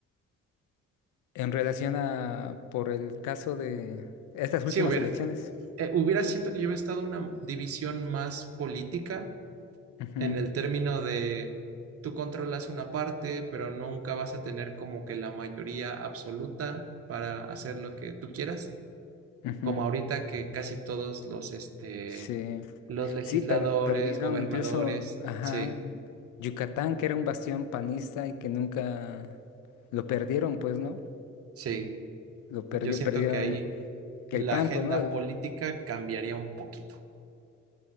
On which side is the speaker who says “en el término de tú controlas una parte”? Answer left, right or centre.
Right